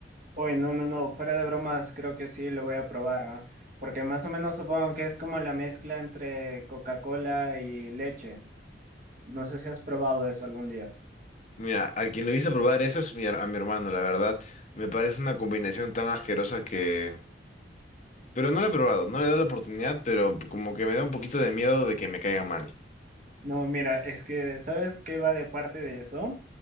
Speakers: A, on the right (about 45°); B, on the left (about 40°).
A: Uy, no, no, no, fuera de bromas, creo que sí lo voy a probar, ¿ah? Porque más o menos supongo que es como la mezcla entre Coca-Cola y leche. No sé si has probado eso algún día.
B: Mira, a quien lo hice probar eso es mi her- a mi hermano, la verdad. Me parece una combinación tan asquerosa que... Pero no lo he probado, no le he dado la oportunidad, pero como que me da un poquito de miedo de que me caiga mal.
A: No, mira, es que, ¿sabes qué va de parte de eso?